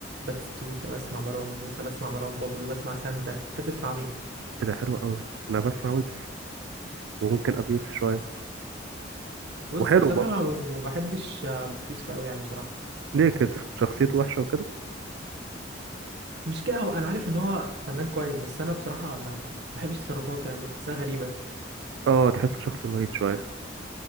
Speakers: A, on the right; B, on the right.
A: باتستوتا بسمع مروان موسى بسمع مروان بابلو بسمع سانتا انت بتسمع مين
B: ايه ده حلو قوي انا بسمع ويجز وممكن ابي يوسف شوية
A: بص
B: وحلو
A: بصراحه
B: برضه
A: انا ما بحبش آه، يوسف قوي يعني بصراحه
B: ليه كده شخصيته وحشة وكده
A: مش كده هو انا عارف ان هو فنان كويس بس انا بصراحه ما ما بحبش تصرفاته يعني بحسها غريبه
B: اه تحسه شخص مريض شوية